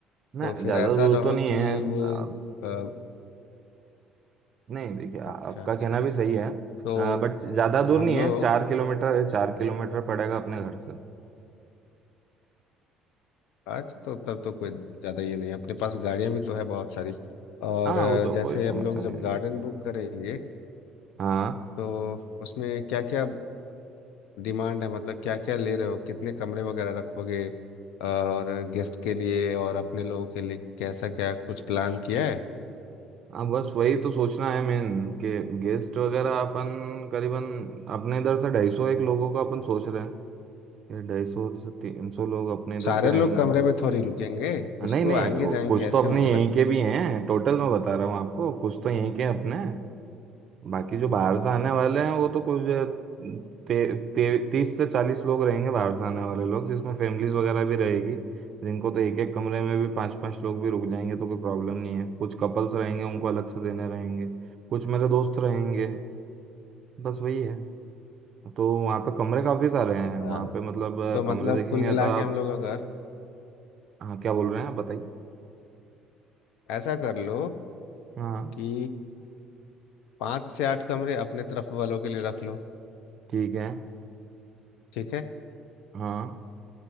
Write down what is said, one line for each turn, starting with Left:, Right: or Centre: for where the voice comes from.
Right: ना
Left: तो फिर
Right: ज्यादा
Left: ऐसा
Right: दूर
Left: ना हो
Right: तो नहीं
Left: कि
Right: है
Left: वो
Right: आ,
Left: अ,
Right: नहीं देखिए आ-
Left: अच्छा
Right: आपका
Left: अच्छा
Right: कहना भी सही है
Left: तो
Right: बट ज्यादा दूर
Left: हम
Right: नहीं
Left: लोग
Right: है चार किलोमीटर है चार किलोमीटर पड़ेगा अपने घर से
Left: अच्छा तो तब तो कोई ज़्यादा ये नहीं है। अपने पास गाड़ियाँ भी तो है बहुत सारी और
Right: हाँ
Left: अ,
Right: वो तो
Left: जैसे
Right: कोई समस्या
Left: हम लोग
Right: नहीं
Left: जब
Right: रहेगी
Left: गार्डन बुक करेंगे
Right: हाँ
Left: तो उसमें क्या क्या डिमांड है मतलब क्या क्या ले रहे हो कितने कमरे वगैरह रखोगे और गेस्ट के लिए और अपने लोगों के लिए कैसा क्या कुछ प्लान किया है
Right: हाँ बस वही तो सोचना है मेन कि गेस्ट वगैरह अपन करीबन अपने इधर से ढाई सौ एक लोगों का अपन सोच रहे हैं ढाई सौ से तीन सौ लोग अपने इधर
Left: सारे
Right: के रहेंगे
Left: लोग कमरे में थोड़ी रुकेंगे कुछ
Right: हाँ, नहीं
Left: तो
Right: नहीं
Left: आएंगे
Right: वो
Left: जाएंगे
Right: कुछ
Left: ऐसे
Right: तो अपने
Left: होंगे
Right: यहीं
Left: ना
Right: के भी हैं टोटल मैं बता रहा हूँ आपको कुछ तो यहीं के हैं अपने बाकी जो बाहर से आने वाले हैं वो तो कुछ ते, ते, तीस से चालीस लोग रहेंगे बाहर से आने वाले लोग जिसमें फैमिलीज वगैरह भी रहेगी जिनको तो एक एक कमरे में भी पांच पांच लोग भी रुक जाएंगे तो कोई प्रॉब्लम नहीं है कुछ कपल्स रहेंगे उनको अलग से देने रहेंगे कुछ मेरे दोस्त रहेंगे बस वही है तो वहाँ पे कमरे काफ़ी सारे हैं
Left: हाँ
Right: वहाँ पे मतलब अ,
Left: तो मतलब
Right: कमरे देखेंगे
Left: कुल मिला
Right: तो आप
Left: के हम लोग अगर
Right: हाँ क्या बोल रहे हैं आप बताइए
Left: ऐसा कर लो
Right: हाँ
Left: कि पाँच से आठ कमरे अपने तरफ वालों के लिए रख लो
Right: ठीक है
Left: ठीक है
Right: हाँ